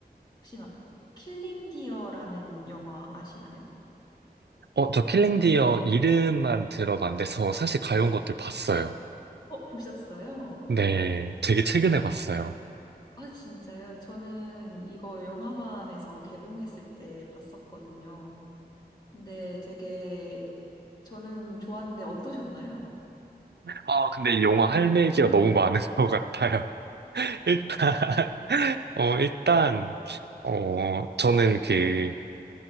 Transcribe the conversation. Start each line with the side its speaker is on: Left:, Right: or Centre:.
Left: 혹시 막 킬링 디어라는 영화 아시나요?
Right: 어, 저 킬링 디어 이름만 들어봤는데, 저 사실 가요 온 것들 봤어요.
Left: 어, 보셨어요?
Right: 네, 되게 최근에 봤어요.
Left: 아, 진짜요? 저는 이거 영화관에서 개봉했을 때 봤었거든요. 근데 되게 저는 좋았는데 어떠셨나요?
Right: 아, 근데 이 영화 할 얘기가 너무 많은 <laughs> 것 같아요. <laughs> 일단, 어, 일단, 어, 저는 그,